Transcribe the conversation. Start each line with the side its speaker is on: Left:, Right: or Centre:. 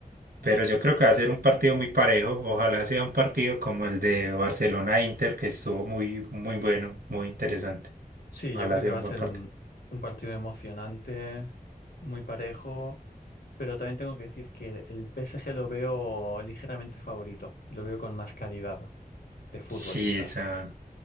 Right: Pero yo creo que va a ser un partido muy parejo. Ojalá sea un partido como el de Barcelona-Inter, que estuvo muy, muy bueno, muy interesante.
Left: Sí,
Right: Ojalá
Left: yo creo
Right: sea
Left: que va
Right: un
Left: a
Right: buen
Left: ser
Right: partido.
Left: un, un partido emocionante, muy parejo, pero también tengo que decir que el PSG lo veo ligeramente favorito, lo veo con más calidad de fútbol,
Right: Sí,
Left: quizás.
Right: está